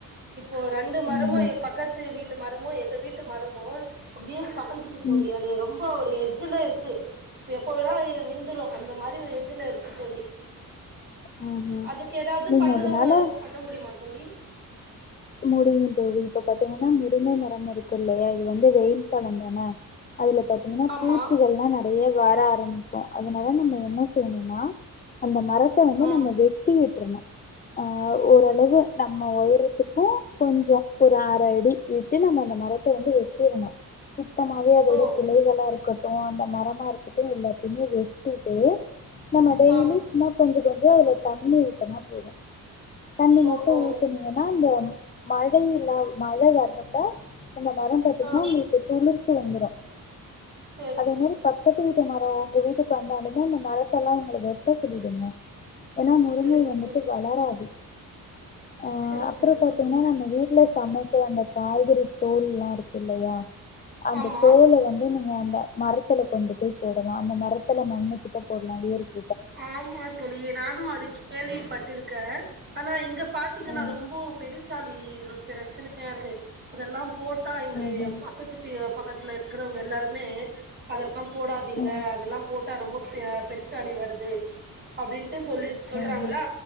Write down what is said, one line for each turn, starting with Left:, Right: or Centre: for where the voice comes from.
Right: இப்போ ரெண்டு மருமோ
Left: ம்
Right: பக்கத்து வீட்டு மரமோ எங்க வீட்டு மரமோ அப்டியே சாஞ்சிச்சு தோலி
Left: ம் ம்
Right: அது ரொம்ப ஒரு எஜ்ஜுலயிருக்கு எப்போல்லா விழுந்துடோ அந்த மாரி ஒரு எஜ்ஜுலயிருக்கு தோலி
Left: ம் ம்
Right: அதுக்கு எதாவது
Left: நீங்க
Right: பண்ணுமோ
Left: அதனால
Right: பண்ண முடியுமா தோலி
Left: முடியோ தோழி இப்ப பாத்தீங்கன்னா முருங்க மரம் இருக்குயில்லையா இது வந்து வெயில் காலோந்தான அதுல பாத்தீங்கன்னா
Right: ஆமா
Left: பூச்சிகள்லா நெறைய வர ஆரம் பிக்கோ அதனால நம்ம என்ன செய்யனோன்னா அந்த மரத்த வந்து
Right: ஆ
Left: நம்ம வெட்டி எடு துருனோ அஹ் ஓரளவு நம்ம ஒயரத்துக்கு கொஞ்சோ ஒரு அரவுடி விட்டு நம்ம அந்த மர த்த வந்து வெட்டிடணோ சுத்தமாவே அதோட
Right: ஓ
Left: கிளைகளாயிருக்க ட்டோ அந்த மரமாயிருக்கட்டோ எல்லாத்தையுமே வெட்டிட்டு நம்ம டெய்லி
Right: ஆ
Left: சும்மா கொஞ்சோ கொஞ்சோ அதுல தண்ணி ஊத்துனா போதோ தண்ணி மட்டோ
Right: ஓ ஓ
Left: ஊத்துனீங்கன்னா அந்த அகையில்லா மழ வர்றப்ப நம்ப மரோ பாத்தீங்கன்னா
Right: ஆ
Left: உங்களுக்கு துளிர் வந்துடோ
Right: செரி
Left: அதே மாரி பக்கத்து வீட்டு மரோ உங்க வீட்டுக்கு வந்தாலுமே அந்த மரத்தெல்லாம் உங்க வெட்ட சொல்லிடுங்க ஏன்னா முருங்கை
Right: செரிங்க
Left: வந்துட்டு
Right: தோழி
Left: வளராது ஆஹ்
Right: செரிங்க
Left: அப்புறம் ப
Right: தோழி
Left: நம்ம வீட்டுல சமைக்கிற அந்த காய்கறித் தோல் எல்லாம் இருக்கு இல்லையா அந்த
Right: ஆமா
Left: தோலை வந்து நீ என்ம்ப மரத்துல கொண்டு போய் போ நாம் அந்த மரத்துல மண்ணு கிட்ட போடலாம் இயற்க்
Right: ஆமா தோழி நானும் அது ஆமா கேள்விப்பட்டிருக்கேன் ஆனா இங்க பாத்தீங்கன்னா
Left: ம்
Right: ரொம்ப பெரு ச்சாலி பிரச்சனையா இருக்கு அதெல்லாம் போட்டு அக்கா இங்க
Left: ம் ம்
Right: பக்கத்து தெரு பக்கத்துல இருக்கறவங்க எல்லாரும ம்மே அதல தாம் போடாதீங்க
Left: ம்
Right: அதெல்லாம் போட்டா ரொம்ப பேர பெருச்சாளி வருது டினு அப்படின்டூ சொல்லி சொல்றாங்களா
Left: ம்